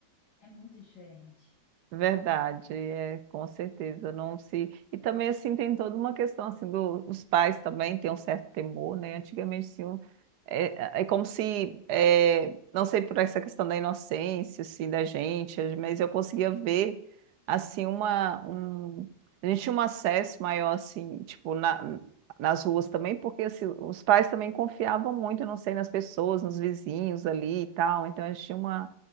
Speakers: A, on the left (about 60°); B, on the right (about 70°).
A: É muito diferente.
B: Verdade, é, com certeza, não se... E também, assim, tem toda uma questão, assim, do, os pais também têm um certo temor, né? Antigamente, assim, um- é, é como se, é, não sei por essa questão da inocência, assim, da gente, mas eu conseguia ver, assim, uma... Um... A gente tinha um acesso maior, assim, tipo, na, nas ruas também, porque, assim, os pais também confiavam muito, eu não sei, nas pessoas, nos vizinhos ali e tal, então a gente tinha uma